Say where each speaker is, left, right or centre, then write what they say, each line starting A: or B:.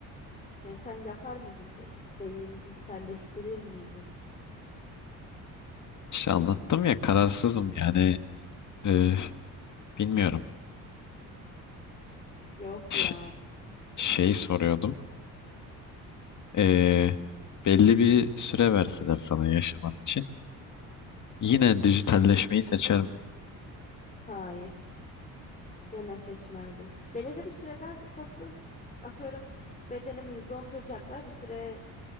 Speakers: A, on the left; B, on the left.
A: Yani sen yapar mıydın? Ta- Beynini dijitalleştirir miydin?
B: İşte anlattım ya kararsızım yani e, bilmiyorum.
A: Yok
B: Ş-
A: ya.
B: şeyi soruyordum. E, belli bir süre verseler sana yaşaman için yine dijitalleşmeyi
A: Hı hı.
B: seçer miydin?
A: Hayır. Gene seçmezdim. Belirli bir süreden kastın s- atıyorum bedenimizi donduracaklar. Bir süre